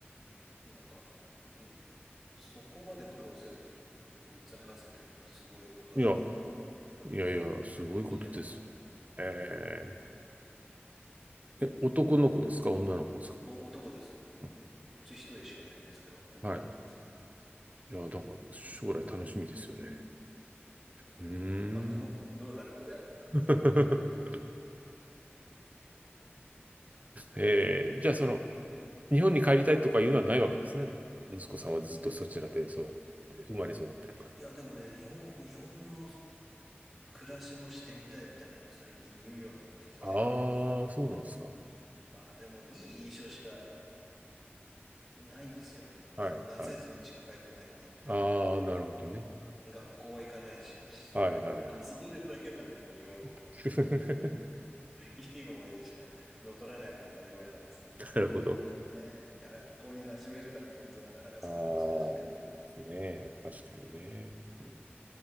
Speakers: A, in the centre; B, on the right.
A: なんか、うん、そこまで苦労せずに3つ話せてるのってすごいことだなと思いながらね、
B: いや、いやいや、すごいことです。
A: 見てますけど。
B: ええ。え、男の子ですか女の子ですか
A: お男です。
B: うん
A: うち一人しかいないんですけど、男の子ですね。
B: はい。いや、だから将来楽しみですよね。うー
A: まあ、どう、
B: ん。
A: どうなることやらですね。
B: <laughs> ええ、じゃあその、日本に帰りたいとかいうのはないわけですね。息子さんはずっとそちらで育って、生まれ育ってるから。
A: いや、でもね、日本、日本の暮らしもしてみたいみたいなこと最近言うようになってきて、
B: ああ、そうなんですか。
A: まあでもいい印象しかないんですよ。
B: はい、
A: あの、夏休みにしか帰ってないんで。
B: はい。ああ、なるほどね。
A: 学校は行かないし、<laughs>
B: はい、はい、はい。
A: 遊んでるだけなんでね、日本、
B: <laughs>
A: いい思い出しか残らないのは当たり前なんですけど、
B: なるほど。
A: まあ日本のね、学校に馴染めるかっていうとなかなかそれ難しいか。
B: ああ、ねえ、確かにね。
A: うん。
B: うん